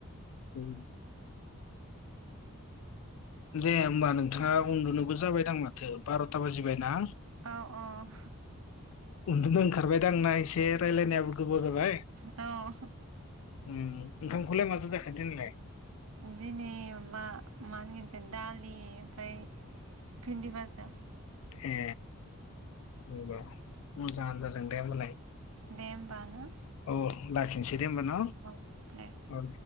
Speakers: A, on the left; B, on the right.
A: ओम दे होमबा नोंथाङा उन्दुनोबो जाबायदां माथो बार'था बाजिबाय ना।
B: औ औ।
A: उन्दुनो ओंखारबाय दां ना एसे रायज्लायनायाबो गोबाव जाबाय।
B: औ।
A: उम ओंखामखौलाय माजो जाखो दिनैलाय।
B: दिनै मा मा होनगोनथाय दालि ओमफ्राय भिन्दि बाजा।
A: ए नंग। मोजां आनो जादों दे होमबालाय।
B: दे होमबा ना।
A: औ लाखिनोसै। देदे होमबा न
B: औ दे
A: औ।